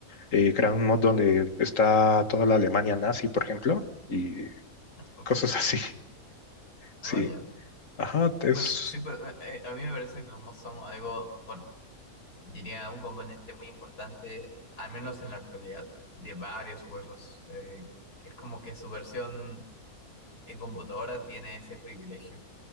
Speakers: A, on the left; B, on the left.
A: eh, crean un mod donde está toda la Alemania nazi, por ejemplo, y
B: ok,
A: cosas <laughs> así.
B: Ah,
A: Sí,
B: vaya.
A: ajá, es,
B: Pues sí, pues, eh, eh, a mí me parece que los mods son algo, bueno, diría un componente muy importante, al menos en la actualidad, de varios juegos. Eh, es como que su versión en computadora tiene ese privilegio.